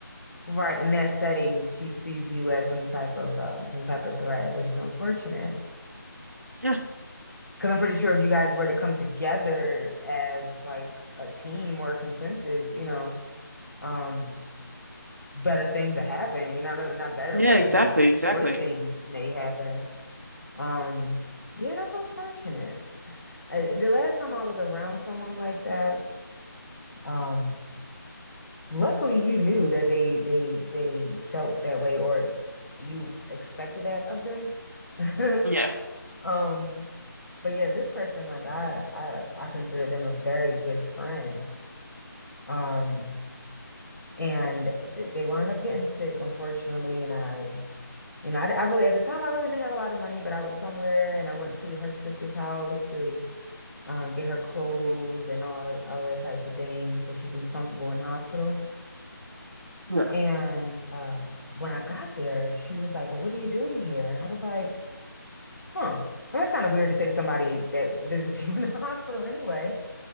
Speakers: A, on the left (about 60°); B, on the right (about 45°).
A: Right. In that setting, she sees you as some type of um, some type of threat, which is unfortunate.
B: Yeah.
A: Because I'm pretty sure if you guys were to come together as like a team or a consensus, you know, um, better things that happen. You know, no, not better,
B: Yeah,
A: but
B: exactly,
A: you know, shoot,
B: exactly.
A: great things may happen. Um, yeah, that's unfortunate. I, the last time I was around someone like that, um, luckily you knew that they they they felt that way or you expected that of them. <laughs>
B: Yeah.
A: Um, but yeah, this person, like I I I consider them a very good friend. Um, and th they wound up getting sick, unfortunately. And I, you know, I, I really, at the time, I really didn't have a lot of money, but I was somewhere and I went to her sister's house to um, get her clothes and all other types of things so she can be comfortable in the hospital.
B: Yeah.
A: And uh, when I got there, she was like, Well, what are you doing here? And I was like, Huh. Well, that's kind of weird to say to somebody that <laughs> visits you in the <laughs> hospital anyway.